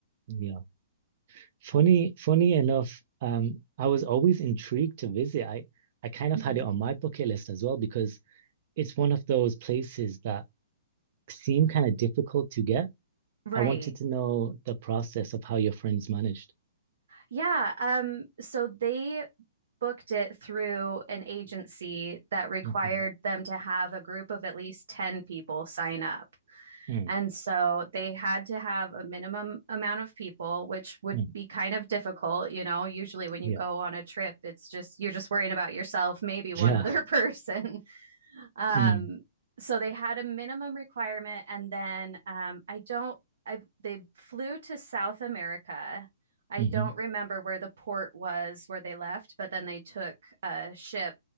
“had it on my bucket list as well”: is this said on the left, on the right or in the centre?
Right